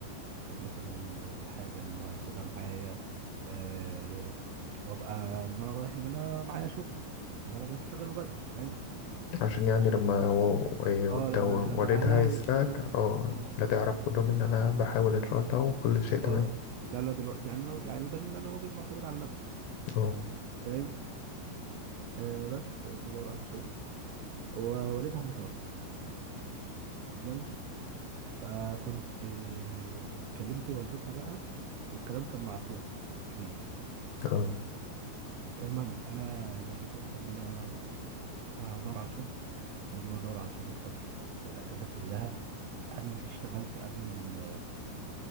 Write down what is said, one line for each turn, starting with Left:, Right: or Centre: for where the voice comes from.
Right: فلوس مثلا الحاجة اللي هاخدها معايا آه وأبقى إن أنا رايح إن أنا معايا شغل إن أنا بشتغل وبدرس فاهم
Left: عشان يعني
Right: عشان
Left: لما و- و-
Right: اه لما
Left: ده والدها
Right: لما اهلها
Left: يسألك
Right: يسالون
Left: اه
Right: اه
Left: لا تعرف تقول لهم ان انا بحاول ان شاء الله وكل شيء تمام
Right: اه ان انا دلوقتي يعني را- يعني يبان ان انا راجل معتمد على نفسي
Left: اه
Right: فاهم آه بس فتدور على شغل ووالدها متوفي تمام فكنت آه، كلمت والدتها بقى والكلام كان مع اخوها كبير
Left: اه
Right: المهم انا جيت قلت ان انا هدور على شغل فضلت بدور على شغل فتره الاجازه كلها عملت اشتغلت قبل ال